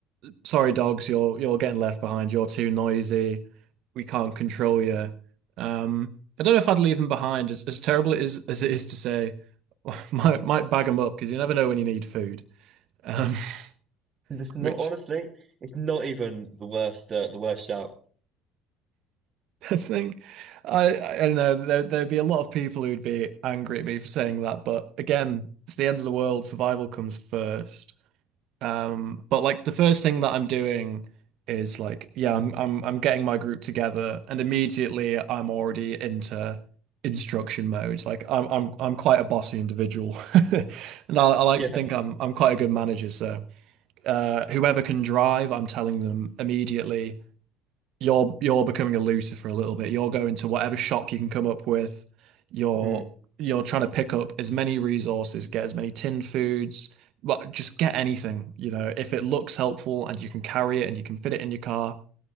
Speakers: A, on the right; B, on the right.
A: sorry, dogs, you're you're getting left behind. You're too noisy. We can't control you. Um, I don't know if I'd leave them behind. As, as terrible it is as it is to say, <laughs> might might bag them up because you never know when you need food. Um, <laughs>
B: It's not
A: which
B: honestly, it's not even the worst uh, the worst shout
A: <laughs> I think I I don't know there there'd be a lot of people who'd be angry at me for saying that, but again, it's the end of the world. Survival comes first. Um, but like the first thing that I'm doing is like, yeah, I'm I'm I'm getting my group together, and immediately I'm already into instruction mode. Like I'm I'm I'm quite a bossy individual, <laughs> and I, I like
B: Yeah.
A: to think I'm I'm quite a good manager. So uh, whoever can drive, I'm telling them immediately you're you're becoming a looter for a little bit. You're going to whatever shop you can come up with. You're
B: Mm.
A: you're trying to pick up as many resources, get as many tin foods, but just get anything, you know. If it looks helpful and you can carry it and you can fit it in your car,